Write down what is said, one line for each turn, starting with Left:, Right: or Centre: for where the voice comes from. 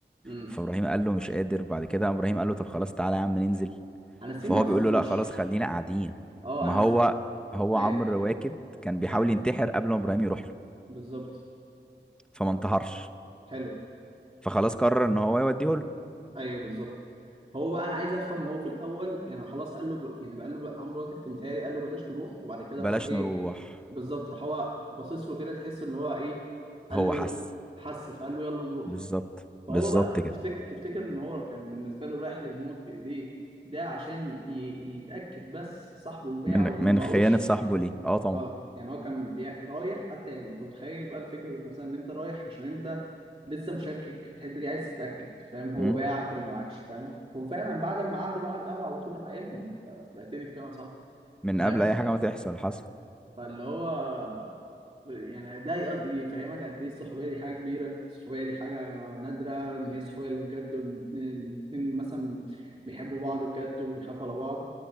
Right: امم
Centre: فابراهيم قال له مش قادر بعد كده قام ابراهيم قال له طب خلاص تعالى يا عم ننزل
Right: انا السين
Centre: فهو
Right: ده ما
Centre: بيقول
Right: فهمتوش
Centre: له لا خلاص خلينا قاعدين
Right: اه
Centre: ما
Right: انا
Centre: هو
Right: سي...
Centre: هو
Right: ايوه
Centre: عمرو واكد كان بيحاول
Right: ايوه
Centre: ينتحر قبل ما ابراهيم يروح له
Right: بالظبط
Centre: فما
Right: طب
Centre: انتحرش
Right: حلو
Centre: فخلاص قرر ان هو يوديه له
Right: ايوه بالظبط هو بقى انا عايز افهم هو في الاول يعني خلاص قال له ب... يعني بقى قال له بقى عمرو واكد متهيألي قال له بلاش نروح وبعد كده
Centre: بلاش
Right: راح ايه
Centre: نروح
Right: بالظبط راح هو باصص له كده تحس اللي هو ايه قال
Centre: هو
Right: له
Centre: حس
Right: حس فقال له يلا نروح
Centre: بالظبط
Right: فهو
Centre: بالظبط
Right: بقى
Centre: كده
Right: تفتكر تفتكر ان هو كان بالنسبه له رايح للموت بايديه ده عشان ي... يتاكد بس صاحبه باعه
Centre: من
Right: ولا
Centre: من
Right: ما باعوش
Centre: خيانة صاحبه ليه اه طبعا
Right: اه يعني هو كان بي... رايح حتى يعني انت متخيل بقى الفكره ذات نفسها ان انت رايح عشان انت لسه مشكك في الحته دي عايز تتاكد فاهم هو
Centre: مم.
Right: باعك ولا ما باعكش فاهم وفعلا بعد ما قعدوا بقى على القهوه على طول راح قايل له انت بعتني بكام يا صاحبي
Centre: من
Right: فاهم
Centre: قبل اي حاجة ما تحصل حصل
Right: فاللي هو يعني ده يقض- يفهمك قد ايه الصحوبيه دي حاجه كبيره الصحوبيه دي حاجه نادره ان هي صحوبيه اللي بجد وان الاتنين الاتنين مثلا بيحبوا بعض بجد وبيخافوا على بعض